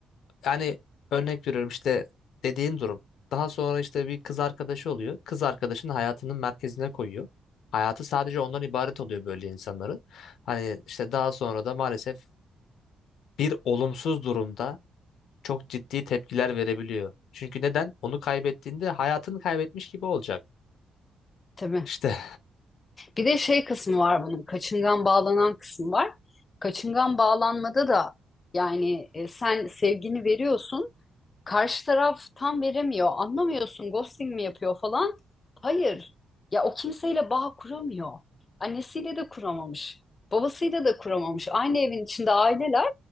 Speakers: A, on the left; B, on the left.
A: Yani örnek veriyorum işte dediğin durum. Daha sonra işte bir kız arkadaşı oluyor. Kız arkadaşını hayatının merkezine koyuyor. Hayatı sadece ondan ibaret oluyor böyle insanların. Hani işte daha sonra da maalesef bir olumsuz durumda çok ciddi tepkiler verebiliyor. Çünkü neden? Onu kaybettiğinde hayatını kaybetmiş gibi olacak.
B: tabii.
A: İşte
B: Bir de şey kısmı var bunun. Kaçıngan bağlanan kısmı var. Kaçıngan bağlanmada da yani e, sen sevgini veriyorsun Karşı taraf tam veremiyor. Anlamıyorsun ghosting mi yapıyor falan. Hayır. Ya o kimseyle bağ kuramıyor. Annesiyle de kuramamış. Babasıyla da kuramamış. Aynı evin içinde aileler